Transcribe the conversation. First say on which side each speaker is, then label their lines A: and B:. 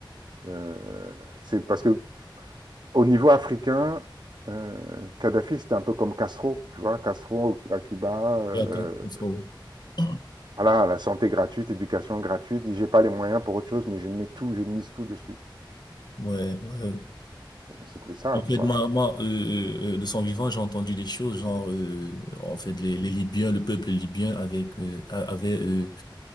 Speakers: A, on the right; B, on the left.
A: Euh, c'est parce que au niveau africain, euh, Kadhafi, c'était un peu comme Castro, tu vois, Castro à Cuba, euh,
B: Et après, il faut- <clears throat>
A: voilà, la santé gratuite, éducation gratuite, dit, j'ai pas les moyens pour autre chose, mais je mets tout, je mise tout dessus.
B: Ouais, ouais.
A: C'était ça,
B: En fait,
A: tu vois.
B: moi, moi, euh, euh, euh, de son vivant, j'ai entendu des choses, genre, euh, en fait, les, les Libyens, le peuple libyen avec, euh, a- avait euh,